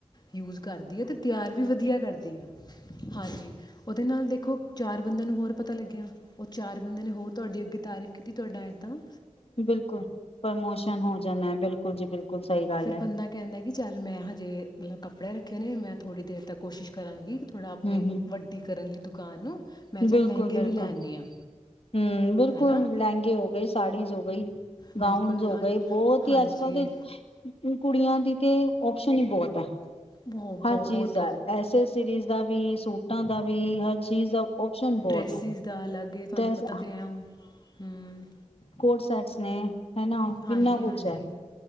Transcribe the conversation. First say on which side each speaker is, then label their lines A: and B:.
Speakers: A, on the left; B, on the left.
A: ਯੂਜ਼ ਕਰਦੀ ਆ ਤੇ ਤੇਆਰ ਵੀ ਵਦੀਆ ਕਰਦੀ ਆ। ਹਾਂਜੀ ਓਦੇ ਨਾਲ਼ ਦੇਖੋ, ਚਾਰ ਬੰਦੇਆਂ ਨੂੰ ਹੋਰ ਪਤਾ ਲੱਗੇਆ ਓ ਚਾਰ ਬੰਦੇਆਂ ਨੇ ਹੋਰ ਤੁਆਡੇ ਅੱਗੇ ਤਾਰੀਫ ਕਿਤੇ ਤੁਆਡਾ ਐਦਾ
B: ਬਿਲਕੁਲ, ਪ੍ਰਮੋਸ਼ਨ ਹੋ ਜਾਂਨਾ ਬਿਲਕੁਲ। <unintelligible> ਗੱਲ
A: ਫੇਿ
B: ਹੈ
A: ਬੰਦਾ ਕੈਂਦਾ ਕਿ ਚੱਲ ਮੈਂ ਹਜੇ ਮਲਬ ਕੱਪੜੇ ਰੱਖੇ ਨੇ,, ਮੈਂ ਥੋੜ੍ਹੀ ਦੇਰ ਤੱਕ ਕੋਸ਼ਿਸ਼ ਕਰਾਂਗੀ। ਥੋੜ੍ਹਾ ਆਪਣੇ
B: ਹੂੰ ਹੂੰ
A: ਵੱਡੀ ਕਰਨ ਲਈ ਦੁ ਦੁਕਾਨ ਨੂੰ। ਮੈਂ ਚੱਲ
B: ਬਿਲਕੁਲ,
A: ਲਹਿੰਗੇ
B: ਬਿਲਕੁਲ
A: ਵੀ ਲੈ ਆਉਂਦੀ ਹਾਂ
B: ਹੂੰ, ਬਿਲਕੁਲ
A: ਹੈ ਨਾ
B: ਲੈਂਗੇ ਹੋ ਗਏ, ਸਾੜੀਜ਼ ਹੋ ਗਈ,,
A: ਬਿਲਕੁਲ
B: ਗਾਊਨਸ ਹੋ
A: ਅੱਜ
B: ਗਏ ਬੋਤ ਈ
A: ਹਾਂਜੀ
B: ਅੱਜ- ਕੱਲ ਦੇ ਕੁੜੀਆਂ ਦੀ ਤੇ ਓਪਸ਼ਨ ਈ ਬੋਤ ਆ।
A: ਬਹੁ
B: ਹਰ
A: ਬਹੁਤ
B: ਚੀਜ਼ ਐ, ਐਸੇ ਸੀਰੀਜ਼ ਦਾ ਵੀ ਸੂਟਾਂ ਦਾ ਵੀ ਹਰ ਚੀਜ਼ ਦਾ ਓਪਸ਼ਨ ਬਹੁਤ
A: ਡ੍ਰੇਸੀਸ
B: ਹੈ
A: ਦਾ ਅਲੱਗ ਏ ਤੁਆਨੂੰ
B: ਦਸ
A: ਪਤਾ ਤੇ ਐ ਹੁਨ। ਹੂੰ
B: ਕੋਟ ਸੈਟਸ ਨੇ ਹਨਾ
A: ਹਾਂਜੀ,
B: ਕਿੰਨਾ ਕੁਛ
A: ਹਾਂਜੀ
B: ਹੈ